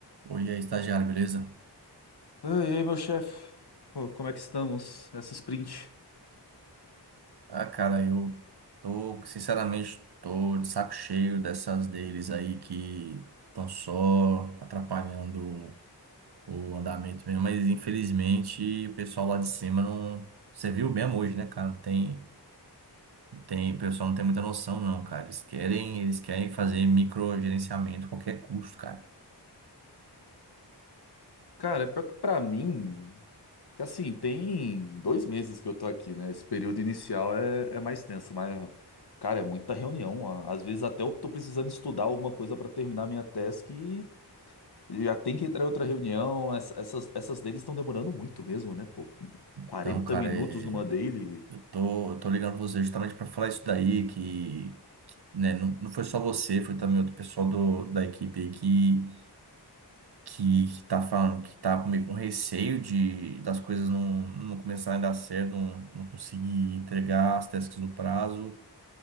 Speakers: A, on the right (about 65°); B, on the left (about 65°).
A: Oi, aí, estagiário, beleza?
B: Ah, E aí, meu chefe? Pô, como é que estamos? Essa sprint.
A: Ah, cara, eu tô, sinceramente, tô de saco cheio dessas deles aí que estão só atrapalhando o andamento mesmo, mas infelizmente o pessoal lá de cima não. Você viu bem hoje, né, cara? Não Tem, tem, o pessoal não tem muita noção, não, cara. Eles querem, eles querem fazer microgerenciamento a qualquer custo, cara.
B: Cara, pior que pra mim, que assim, tem dois meses que eu tô aqui, né? Esse período inicial é, é mais tenso, mas, cara, é muita reunião. a- Às vezes até eu tô precisando estudar alguma coisa pra terminar minha task e e já tem que entrar em outra reunião. Ess- Essas, essas dailies estão demorando muito mesmo, né? Pô, 40
A: Então, cara,
B: minutos
A: é.
B: numa daily.
A: Eu tô, eu tô ligando pra você justamente para falar isso daí, que, né, não, não foi só você, foi também outro pessoal do, da equipe aí que, que, que tá falando, que tá comigo com meio com receio de, das coisas não, não começarem a dar certo, não, não conseguir entregar as tasks no prazo,